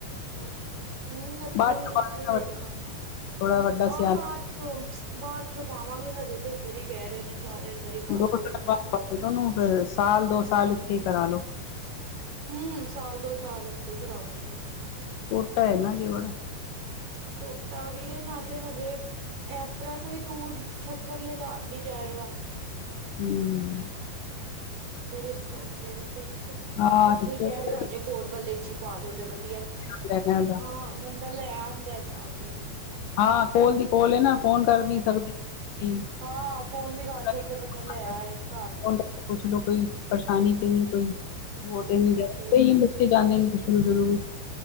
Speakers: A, on the right; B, on the left.
A: ਹੂੰ, ਇੱਥੇ
B: ਬਾਅਦ
A: ਹੀ,
B: ਚੋਂ
A: ਇੱਥੇ ਹੀ ਵੇਖਾਂ
B: ਥੋੜਾ ਵੱਡਾ ਸਿਆਣਾ
A: ਹਾਂ ਬਾਅਦ ਚੋ ਬਾਅਦ ਚੋਂ ਪਾਵਾਂਗੇ ਹਜੇ ਤੇ ਇੱਧਰ ਹੀ, ਕਹਿ ਰਹੇ ਨੇ ਸਾਰੇ ਇੱਧਰ ਹੀ ਪਾ
B: ਦੋ
A: ਦੇ, ਇੱਧਰ
B: ਸਾਲ
A: ਹੀ
B: ਬਾਅਦ
A: ਪਾ ਦੇ।
B: ਦੇਣਾ ਉਹਨੂੰ ਫੇਰ ਸਾਲ ਦੋ ਸਾਲ ਇੱਥੇ ਹੀ ਕਰਾ ਲੋ।
A: ਹੂੰ, ਸਾਲ ਦੋ ਸਾਲ ਇੱਥੇ ਕਰਾਉਣਗੀ
B: ਛੋਟਾ ਐ ਨਾ ਅਜੇ ਬੜਾ।
A: ਛੋਟਾ ਵੀ ਨਾਲੇ ਹਜੇ ਇਸ ਤਰਾਂ ਹੈ। ਕੋਈ ਦੂਰ ਛੱਡਣ ਲਿਜਾਣ ਨੀ ਜਾਏਗਾ।
B: ਹੂੰ।
A: ਫੇਰ ਇਸ ਕਰਕੇ। ਦੇਖੋ
B: ਹਾਂ
A: ਇੱਥੇ ਹੀ
B: ਛੋਟਾ
A: ਕਹਿ ਰਿਹੇ ਜੇ ਕੋਲ ਵਾਲੇ ਚੀ ਪਾ ਦੋ ਤੇ ਵਧੀਆ।
B: <unintelligible> ਓਦਾ
A: ਹਾਂ ਬੰਦਾ ਲੈ ਆਉਂਦਾ ਹੈ, ਜਾ ਕੇ।
B: ਹਾਂ, ਕੋਲ ਦੀ ਕੋਲ ਐ ਨਾ। ਫੋਨ ਕਰ ਵੀ
A: ਹੂੰ।
B: ਸਕਦੇ ਕੀ
A: ਹਾਂ ਫੋਨ ਵੀ
B: <unintelligible>
A: ਕਰ ਸਕਦੇ ਬੰਦਾ ਲੈ ਆਏ ਘਰ
B: ਪੁਛ ਲੋ ਕੋਈ ਪਰੇਸ਼ਾਨੀ ਤੇ ਨਹੀਂ ਕੋਈ ਹੋ
A: ਹੂੰ
B: ਤੇ ਨਹੀਂ ਰਿਹਾ
A: ਸਹੀ
B: ਬਣੀ। ਜਾਂਦੇ ਨੇ ਤੇ ਸ <unintelligible> ਵੀ